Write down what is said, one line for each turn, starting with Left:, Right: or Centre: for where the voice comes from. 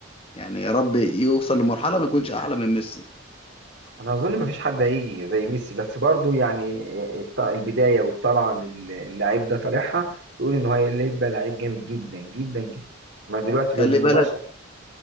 Left: يعني يا رب يوصل لمرحلة ما يكونش أعلى من ميسي
Right: انا اظن ما فيش حد هيجي زي ميسي بس برضه يعني الط- البداية والطلعة للاعب ده طالعها تقول ان هو هيبقى لعيب جامد جدا جدا جدا ما دلوقتي بمرشح
Left: خلي بالك